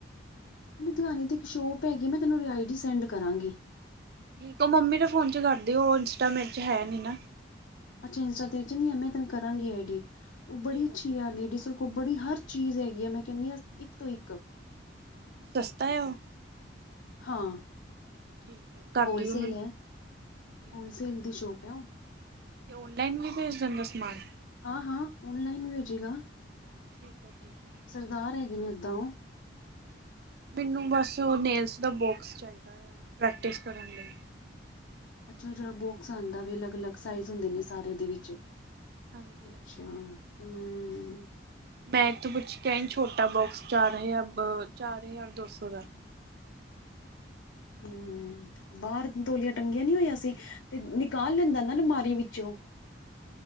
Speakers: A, on the left (about 80°); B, on the right (about 50°).
A: ਲੁਧਿਆਣੇ ਦੀ ਇਕ ਸ਼ੋਪ ਹੈਗੀ ਮੈਂ ਤੈਨੂੰ ਆਈ ਡੀ ਸੈਡ ਕਰਾਂਗੀ।
B: ਤੂੰ ਉਹ ਮੰਮੀ ਦੇ ਫੋਨ 'ਚ ਕਰ ਦੀ ਉਹ ਇੰਸਟਾ ਮੇਰੇ 'ਚ ਹੈ ਨਹੀ ਨਾ।
A: ਅੱਛਾ ਇੰਸਟਾ ਤੇਰੇ 'ਚ ਨੀ ਮੈ ਤੈਨੂੰ ਕਰਾਗੀ ਆਈ ਡੀ ਉਹ
B: ਠੀਕ
A: ਬੜੀ ਅਛੀ
B: ਠੀਕ।
A: ਆ ਲੇਡੀਜ਼। ਉਹ ਬੜੀ ਹਰ ਚੀਜ ਹੈਗੀ ਆ ਮੈਂ ਕਹਿਦੀ ਹਾਂ ਇਕ ਤੋਂ ਇਕ।
B: ਸਸਤਾ ਹੈ ਉਹ?
A: ਹਾਂ
B: ਠੀਕ ਆ ਕਰ
A: ਹੋਲਸੇਲ
B: ਦਿਓ ਮੈਨੂੰ
A: ਹੈ।
B: ਠੀਕ
A: ਹੋਲਸੇਲ
B: ਆ ਜੀ।
A: ਦੀ ਸ਼ੋਪ ਹੈ। ਉਹ-
B: ਤੇ ਔਨਲਾਈਨ ਵੀ ਭੇਜ ਦਿੰਦਾ ਸਮਾਨ।
A: ਹਾਂ- ਹਾਂ ਔਨਲਾਈਨ ਵੀ ਹੋ ਜਾਏਗਾ।
B: ਠੀਕ ਹੈ। ਠੀਕ ਹੈ।
A: ਸਰਦਾਰ ਹੈਗੇ ਨੇ ਉਦਾਂ ਉਹ
B: ਮੈਨੂੰ ਬਸ ਨੇਲਸ ਦਾ ਬੋਕਸ ਚਾਹੀਦਾ ਆ ਪ੍ਰੈਕਟਿਸ ਕਰਨ ਲਈ
A: ਅੱਛਾ ਅੱਛਾ ਬਾਕਸ ਆਉਦਾ ਅਲਗ- ਅਲਗ-
B: ਹੂੰ
A: ਸਾਈਜ਼ ਹੁੰਦੇ ਨੇ ਸਾਰੇ ਉਦੇ ਵਿਚ ਵੀ
B: ਹਾਂਜੀ
A: ਅਛਾ
B: ਹਾਂਜੀ।
A: ਹੂ।
B: ਮੈਂ ਇਥੋਂ ਪੁੱਛ ਕੇ ਆਈ ਛੋਟਾ ਬੋਕਸ ਚਾਰ- ਚਾਰ ਹਜ਼ਾਰ ਦੋ ਸੋ ਦਾ।
A: ਹੂ- ਬਾਹਰ ਤੋਲੀਆਂ ਟੰਗਿਆ ਨੀ ਹੋਇਆ ਸੀ ਤੇ ਨਿਕਾਲ ਲੈਦਾ ਨਾ ਅਲਮਾਰੀ ਵਿਚੋ?